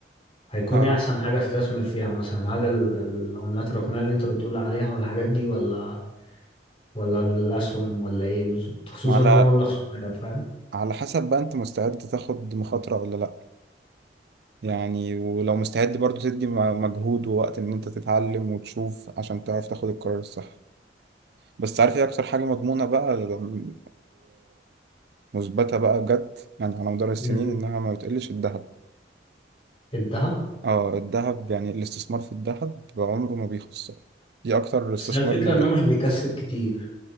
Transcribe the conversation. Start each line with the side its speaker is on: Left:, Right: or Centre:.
Left: هيكون
Right: اه
Left: ايه احسن حاجه استثمر فيها مثلا هل ال- العملات الرقميه اللي انت بتقول عليها والحاجات دي ولا ولا الاسهم ولا ايه بالظبط خصوصا
Right: وعلى
Left: ان هو مبلغ صغير فاهم
Right: على حسب بقى أنت مستعد تاخد مخاطرة ولا لأ يعني ولو مستعد برضو تدي م- مجهود ووقت ان انت تتعلم وتشوف عشان تعرف تاخد القرار الصح بس عارف ايه اكتر حاجة مضمونة بقى ل- ومثبتة بقى بجد يعني على مدار السنين
Left: مم.
Right: انها ما بتقلش الذهب
Left: الذهب
Right: اه الذهب يعني الاستثمار في الذهب عمره ما بيخسر دي اكتر استثمار
Left: بس هي الفكره
Right: ناجح
Left: ان هو مش بيكسب كتير